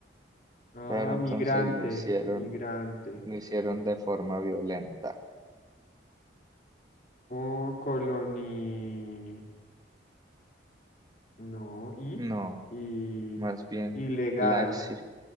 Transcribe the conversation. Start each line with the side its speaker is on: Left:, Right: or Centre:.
Left: Ah,
Right: pero entonces
Left: migrante,
Right: lo hicieron
Left: migrante.
Right: lo hicieron de forma violenta.
Left: O coloni... No, y,
Right: No,
Left: y
Right: más bien
Left: ilegal.
Right: la, acci-